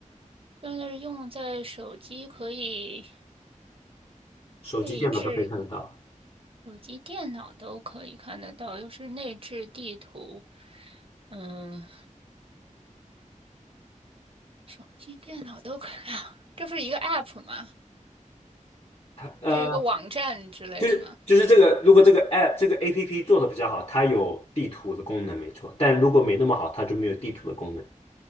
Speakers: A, on the right (about 45°); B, on the left (about 45°).
A: 但是用在手机可以
B: 手机、
A: 内置，
B: 电脑都可以看得到。
A: 手机、电脑都可以看得到，又是内置地图，嗯，手机、电脑都可以啊，这不是一个 app 吗？
B: 呃。
A: 是一个网站之类的吗？
B: 就是就是这个，如果这个 app 这个 app 做的比较好，它有地图的功能没错，但如果没那么好，它就没有地图的功能，